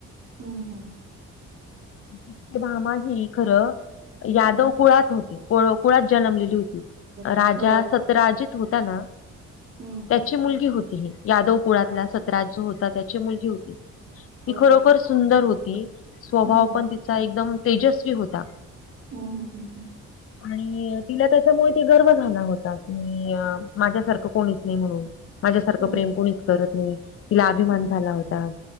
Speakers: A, on the right (about 50°); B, on the left (about 50°).
A: हम्म हम्म
B: सत्यभामा ही खरं यादव
A: हम्म
B: कुळात होती. कुळात जन्मलेली होती.
A: ओके
B: राजा
A: हो
B: सतराजीत होताना.
A: हम्म
B: त्याची मुलगी होती. यादव कुळातला
A: हा
B: सतराज जो होता त्याची मुलगी होती ती
A: ओके
B: खरोखर सुंदर होती, स्वभाव
A: हम्म
B: पण तिचा एकदम तेजस्वी होता.
A: हां हां हां हां
B: अ <inaudible> आणि तिला त्याच्यामुळे ते गर्व झाला होता की माझ्यासारखं कोणीच नाही म्हणून माझ्यासारखं
A: हम्म
B: प्रेम
A: हम्म.
B: कोणीच करत नाही तिला अभिमान
A: हम्म.
B: झाला होता